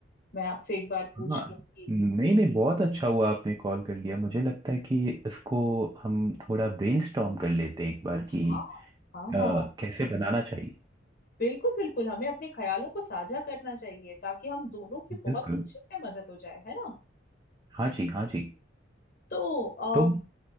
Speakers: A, on the left; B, on the right.
A: मैं आपसे एक बार पूछ
B: हाँ
A: लूं कि
B: नहीं नहीं बहुत अच्छा हुआ आपने कॉल कर लिया मुझे लगता है कि इसको हम थोड़ा ब्रेनस्टॉर्म कर लेते हैं एक बार कि
A: हाँ हाँ
B: अ,
A: हाँ
B: कैसे बनाना चाहिए
A: बिल्कुल बिल्कुल हमें अपने ख्यालों को साझा करना चाहिए ताकि हम दोनों की बहुत
B: बिल्कुल
A: अच्छे से मदद हो जाए है ना
B: हाँ जी हाँ जी
A: तो आ,
B: तो